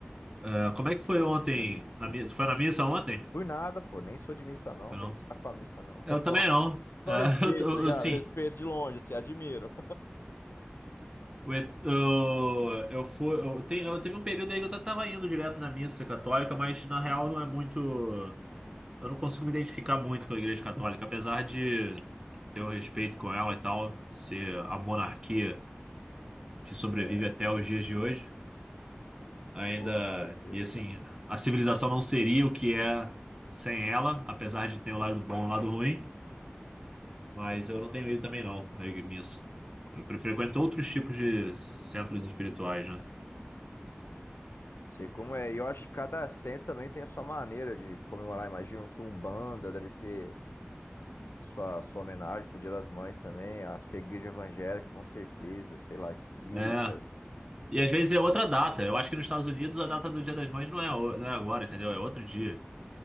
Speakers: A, on the right; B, on the left.
A: É, como é que
B: de
A: foi
B: como,
A: ontem?
B: como é difícil.
A: Na, mi- tu foi na missa ontem?
B: Por nada, pô, nem sou de missa não,
A: Foi
B: tem
A: Não.
B: saco pra missa não.
A: Eu
B: <laughs> Só,
A: também não.
B: só
A: É, <laughs>
B: respeito,
A: eu, eu,
B: tá ligado?
A: eu, sim.
B: Respeito de longe, assim, admiro.
A: O et- Eu, eu fui, eu, te- eu teve um período aí que eu tava indo direto na missa católica, mas na real não é muito. Eu não consigo me identificar muito com a Igreja Católica, apesar de ter o respeito com ela e tal, ser
B: <laughs> Sim,
A: a monarquia que sobrevive
B: é,
A: até os dias de hoje. Ainda.
B: pô, com certeza,
A: E assim,
B: cara.
A: a civilização não seria o que é sem ela, apesar de ter o lado bom e o lado ruim, mas eu não tenho ido também não, à missa. Eu frequento outros tipos de centros espirituais, né?
B: Sei como é. E eu acho que cada centro também tem a sua maneira de, de comemorar. Imagino que Umbanda deve ter sua, sua homenagem pro Dia das Mães também. Acho que a igreja evangélica, com certeza, sei lá, espíritas.
A: É. E às vezes é outra data. Eu acho que nos Estados Unidos a data do Dia das Mães não é, o- não é agora, entendeu? É outro dia.